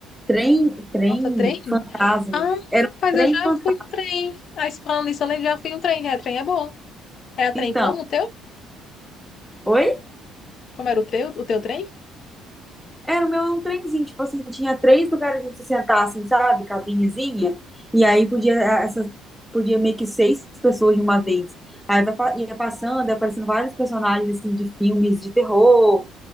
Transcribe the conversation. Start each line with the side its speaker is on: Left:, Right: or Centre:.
Centre: Trem, trem
Left: Nossa, trem?
Centre: fantasma.
Left: Ah,
Centre: Era
Left: rapaz,
Centre: um trem
Left: eu já
Centre: fantasma.
Left: fui no trem. Aí, se falando nisso, eu lembro, já fui no trem. É, trem é bom. Era trem
Centre: Então,
Left: como o teu?
Centre: oi?
Left: Como era o teu, o teu trem?
Centre: Era o meu era um trenzinho, tipo assim, tinha três lugares pra você sentar, assim, sabe? Cabinezinha. E aí podia, é, essas, podia meio que seis pessoas de uma vez. Aí vai pa- ia passando, ia aparecendo vários personagens, assim, de filmes de terror,